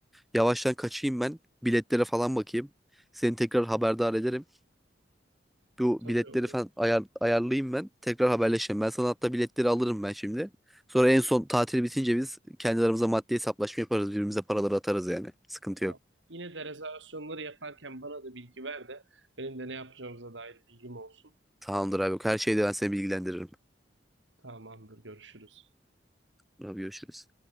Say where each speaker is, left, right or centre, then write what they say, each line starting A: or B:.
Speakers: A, in the centre; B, on the right (about 85°).
A: Yavaştan kaçayım ben. Biletlere falan bakayım. Seni tekrar haberdar ederim. Bu
B: tabii,
A: biletleri
B: olur,
A: falan ayar, ayarlayayım ben. Tekrar haberleşelim. Ben sana hatta biletleri alırım ben şimdi. Sonra en son tatil bitince biz kendi aramızda maddi hesaplaşma yaparız. Birbirimize paraları atarız yani. Sıkıntı
B: tamam.
A: yok.
B: Yine de rezervasyonları yaparken bana da bilgi ver de benim de ne yapacağımıza dair bilgim olsun.
A: Tamamdır abi. Her şeyde ben seni bilgilendiririm.
B: Tamamdır, görüşürüz.
A: Abi görüşürüz.